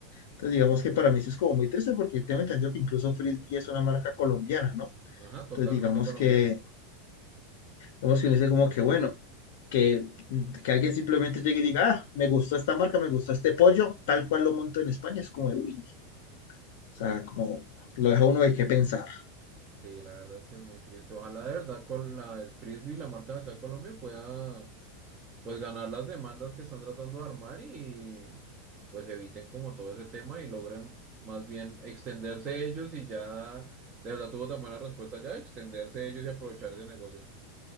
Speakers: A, on the left; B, on the right.
A: Entonces, digamos que para mí eso es como muy triste porque tengo entendido que incluso frisbee es una marca colombiana, ¿no?
B: Ajá, totalmente
A: Entonces, digamos
B: colombiana.
A: que. Digamos que uno dice como que bueno. Que, que alguien simplemente llegue y diga, ah, me gustó esta marca, me gustó este pollo, tal cual lo monto en España, es como de, uy, o sea, como lo deja uno de qué pensar.
B: Sí, la verdad sí es muy triste. Ojalá de verdad con la, el frisbee, y la marca de acá en Colombia, pueda pues ganar las demandas que están tratando de armar y pues eviten como todo ese tema y logren más bien extenderse ellos y ya de verdad tuvo tan buena respuesta ya, extenderse ellos y aprovechar ese negocio.